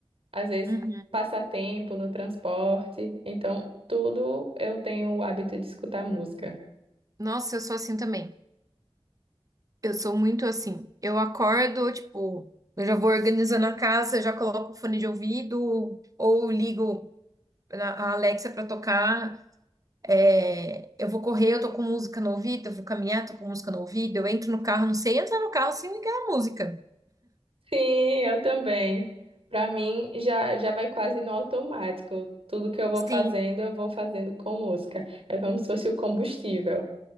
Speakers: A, on the right; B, on the right.
A: às vezes
B: Uhum.
A: passar tempo no transporte. Então, tudo eu tenho o hábito de escutar música.
B: Nossa, eu sou assim também. Eu sou muito assim. Eu acordo, tipo, eu já vou organizando a casa, eu já coloco o fone de ouvido ou ligo na- a Alexa pra tocar. É, Eu vou correr, eu tô com música no ouvido, eu vou caminhar, tô com música no ouvido, eu entro no carro, não sei entrar no carro sem ligar a música.
A: Sim, eu também. Para mim, já, já vai quase no automático. Tudo que eu vou
B: Sim.
A: fazendo, eu vou fazendo com música. É como se fosse o combustível.